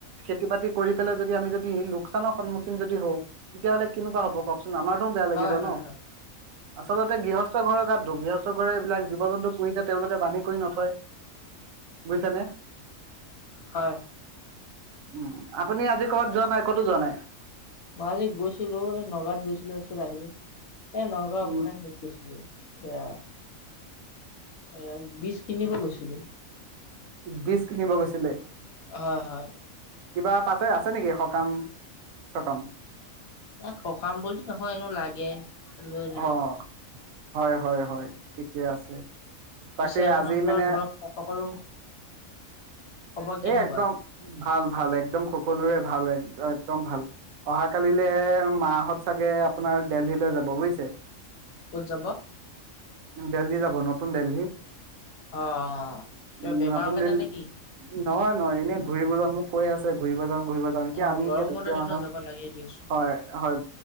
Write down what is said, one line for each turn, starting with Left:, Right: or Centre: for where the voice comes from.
Right: খেতি বাতি কৰি পেলাই যদি আমি যদি লোকচানৰ সন্মুখীন যদি হওঁ তেতিয়াহ'লে কেনেকুৱা হ'ব কওকচোন আমাৰতো বেয়া লাগিব
Left: হয়, হয়,
Right: ন
Left: হয়,
Right: আচলতে গৃহ ঘৰৰ গাত দুখ গৃহস্থ ঘৰ এইবিলাক জীৱ জন্তু পোহিচে তেওঁলোকে বান্ধি হয় বুজিছেনে
Left: হয়
Right: উম আপুনি আজি কৰবাত যোৱা নাই ক'তো যোৱা নাই
Left: মই আজি গৈছিলো এই নগাঁৱত গৈছিলো তাৰপিছত আহিলো এ নগাঁও
Right: উম,
Left: আপোনাৰ হেত গৈছিলো এয়া এ বীজ কিনিব গৈছিলো
Right: বিজ কিনিব গৈছিলে
Left: হয় হয়
Right: কিবা পাছে আছে নেকি সকাম চকাম
Left: নাই সকাম বুলি নহয় এনেও লাগে লৈ আনিলো
Right: অ', হয় হয় হয় ঠিকে আছে তাকে
Left: পিছে আপোনালোকৰ
Right: আজি মেনে
Left: ঘৰত সকলো খবৰ কেনেকুৱা?
Right: এই একদম ভাল ভাল একদম সকলোৰে ভাল এক একদম ভাল অহা কালিলে মা হত চাগে আপোনাৰ দেলহিলৈ যাব বুজিছে
Left: ক'ত যাব
Right: দেলহি যাব নতুন দেলহি
Left: অ কিবা
Right: উম,
Left: বেমাৰৰ
Right: নতুন
Left: কাৰণে
Right: দেলহি
Left: নে কি
Right: নহয় নহয় এনেই ঘুৰিবলৈ মোক কৈ আছে ঘুৰিব যাম ঘুৰিব যাম এতিয়া
Left: অ
Right: আমি
Left: গৰম
Right: এতিয়া দুখীয়া
Left: বন্ধৰ দিনত
Right: মানুহ
Left: যাব লাগে দিয়কচোন।
Right: হয় হয়